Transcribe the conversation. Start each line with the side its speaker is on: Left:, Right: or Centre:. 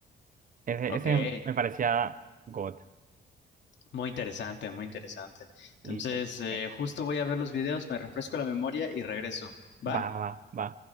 Right: Ese,
Left: Ok,
Right: ese me parecía God.
Left: muy interesante, muy interesante. Entonces,
Right: Listo.
Left: eh,
Right: Bueno,
Left: justo voy a ver los videos, me refresco la memoria y regreso. ¿Va?
Right: Va, va, va.